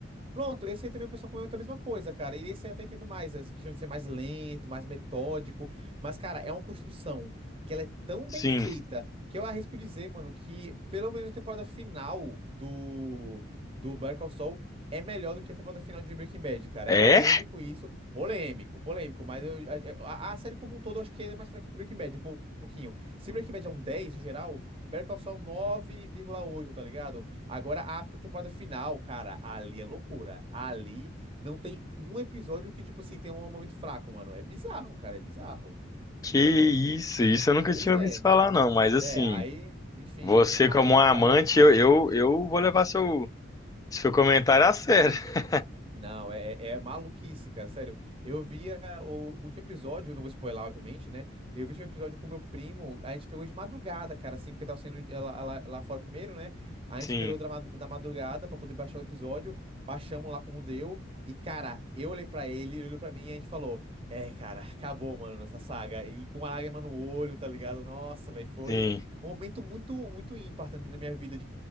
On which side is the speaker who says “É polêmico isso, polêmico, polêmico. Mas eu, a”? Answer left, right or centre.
Right